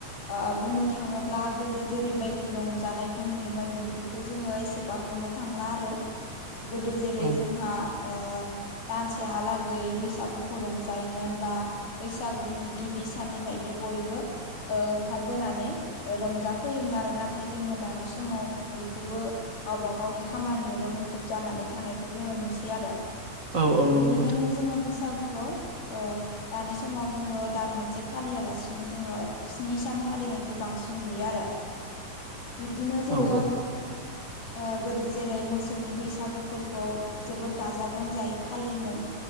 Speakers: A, on the left; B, on the right.
A: ओ बुंनो थाङोब्ला गोदो जेरैबायदि रंजानायखौ नुयोमोन बिब्दिखौ जोङो एसे एसेबां नुनो थांला आरो गोदो जेरै
B: औ
A: जोंहा ओ दानसेहालागै बैसागुखौ रंजायोमोन बा बैसागुनि गिबि साननिफ्रायनो बयबो ओंखार बोनानै रंजाफैयोमोन आरो नाथाय जोङो दानि समाव बयखौबो गावबा गावनि खामानियावल' मुखुब जानानै थानायखौ जोङो नुसै आरो
B: औ औ नंगौ
A: बेनिखायनो
B: नोंथां
A: जोङो बैसागुखौ औ दानि समाव जोङो दान मोनसे फालियालासिनो जोङो स्नि सान फालिनायखौ बांसिन नुयो आरो बिब्दिनो जोङो
B: औ औ
A: ओ गोदो जेरै मोसौनि बैसागुफोरखौ जोबोर गाजा गोमजायै फालियोमोन